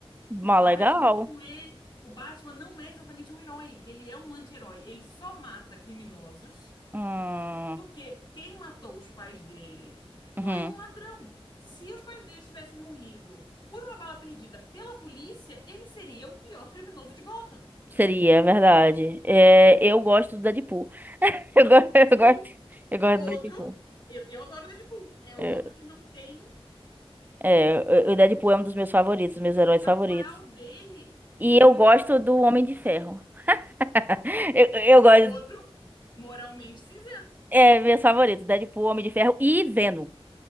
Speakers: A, on the right; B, on the left.
A: mó
B: O Batman
A: legal.
B: não é, o Batman não é exatamente um herói. Ele é um anti-herói. Ele só mata criminosos.
A: Hum,
B: Porque quem matou os pais dele
A: uhum.
B: foi um ladrão. Se os pais dele tivessem morrido por uma bala perdida pela polícia, ele seria o pior criminoso de Gotham.
A: Seria, é verdade. É, eu gosto do Deadpool. <laughs> Eu, go- eu
B: Sim.
A: gosto, eu gosto
B: Outro,
A: do Deadpool.
B: eu, eu adoro Deadpool, é outro
A: Eu-
B: que não tem.
A: É, o o Deadpool é um dos meus favoritos, meus heróis
B: A
A: favoritos.
B: moral dele
A: E
B: é muito.
A: eu gosto do Homem de Ferro. <laughs> Eu, eu gosto,
B: Outro, moralmente cinzento.
A: é, meu favorito. Deadpool, Homem de Ferro e Venom.